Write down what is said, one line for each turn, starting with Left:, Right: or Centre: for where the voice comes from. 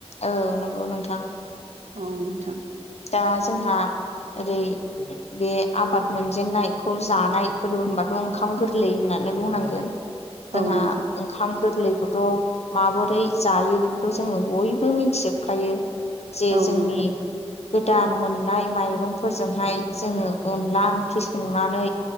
Left: औ नंगौ नोंथां।
Right: अ नोंथां।
Left: दा जोंहा ओरै बे आबाद मोनजेननायखौ जानाय फोरबो होनबाथ' ओंखाम गोरलै होनना नो बुंनांगोन जोंहा
Right: औ नोंथां
Left: ओंखाम गोरलै खौथ' माबोरै जायो बेखौथ जोङो बयबो मिथिजोबखायो। जे
Right: औ
Left: जोंनि
Right: नोंथां
Left: गोदान मोननाय माइरंफोरजोंहाय जोङो अनला ओंख्रि संनानै